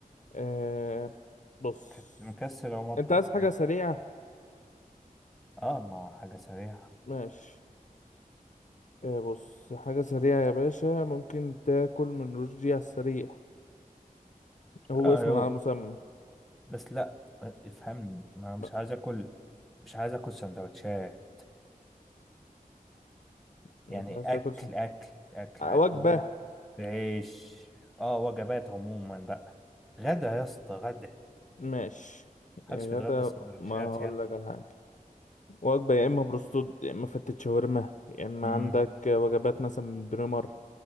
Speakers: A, on the left (about 55°); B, in the centre.
A: إيه بص
B: كنت مكسل او مطبخ
A: انت عايز
B: حاجه
A: حاجة سريعة
B: اه ما هو حاجه سريعه
A: ماشي إيه بص حاجة سريعة يا باشا ممكن تاكل من رشدي على السريع هو
B: ايوه
A: اسم على مسمى
B: بس لا افهمني ما أنا مش
A: لا،
B: عايز اكل مش عايز اكل سندوتشات
A: مش
B: يعني
A: عايز تاكل
B: اكل
A: سن-
B: اكل اكل
A: آه، وجبة
B: رز بعيش اه وجبات عموما بقى غدا يا اسطى غدا
A: ماشي
B: محدش
A: يا
B: بيتغدى
A: غدا
B: سندوتشات
A: ما هقول
B: يعني
A: لك على حاجة وجبة يا إما بروستود يا إما فتة شاورما يا إما
B: امم
A: عندك وجبات مثلا من بريمر